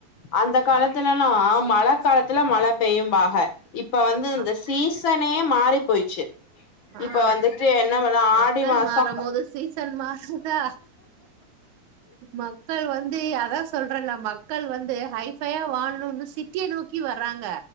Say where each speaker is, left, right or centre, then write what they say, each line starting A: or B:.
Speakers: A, on the left; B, on the right.
A: அந்த காலத்துலலா மழ காலத்துல மழ பெய்யும்பாக இப் இப்ப
B: ஆமா
A: வந்து இந்த சீசனே மாரி போய்ர்ச்சு
B: ஆ
A: இப்போ வந்துட்டு என்ன பண்ணுவா
B: மக்கள்
A: ஆடி மாசோ
B: மாறும் போது சீசன் மாறுதா மக்கள் வந்து அதா சொல்றன்ல மக்கள் வந்து ஹைஃபையா வாழ்னுன் இந்த சிட்டிய நோக்கி வர்றாங்க